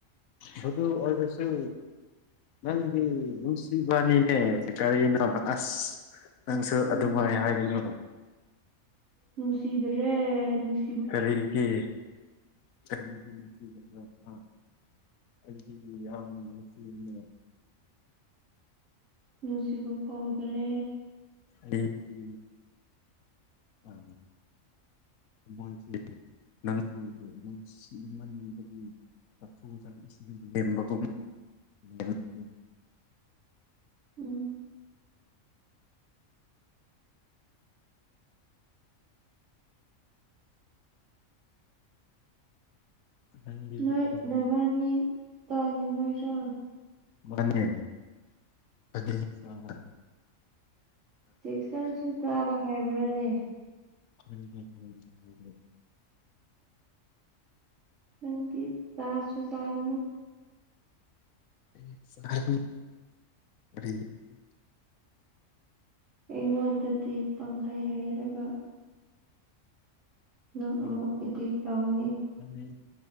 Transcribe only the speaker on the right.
ꯎꯝ
ꯅꯨꯡꯁꯤꯕꯅꯦ ꯅꯨꯡꯁ
ꯅꯨꯡꯁꯤꯕ ꯐꯥꯎꯗ꯭ꯔꯦ
ꯎꯝ
ꯅꯣꯏ
ꯅꯕꯥꯅꯤ ꯇꯥꯅꯤꯡꯉꯥꯏꯖ
ꯖꯦꯛꯁꯟꯁꯨ ꯆꯥꯕ ꯍꯥꯏꯕ꯭ꯔꯥꯅꯦ
ꯅꯪꯗꯤ ꯆꯥꯛꯁꯨ ꯆꯥꯒꯅꯨ
ꯑꯩꯉꯣꯟꯗꯗꯤ ꯄꯪꯍꯩ ꯍꯩꯔꯒ ꯅꯪ
ꯑꯃꯨꯛ ꯏꯗꯤꯛ ꯇꯧꯒꯅꯤ